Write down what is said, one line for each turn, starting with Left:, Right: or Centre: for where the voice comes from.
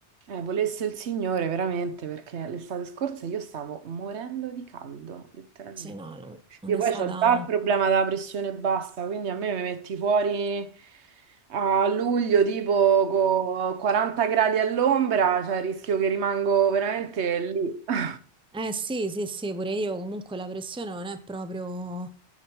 Right: Eh, volesse il Signore veramente perché l'estate scorsa io stavo morendo di caldo, letteralmente.
Centre: Sì, no, non non
Right: Io
Centre: è
Right: poi
Centre: stata...
Right: ho già il problema della pressione bassa, quindi a me mi metti fuori a luglio tipo con 40 gradi all'ombra, cioè rischio che rimango veramente lì. <laughs>
Centre: Eh sì, sì, sì, pure io comunque la pressione non è proprio,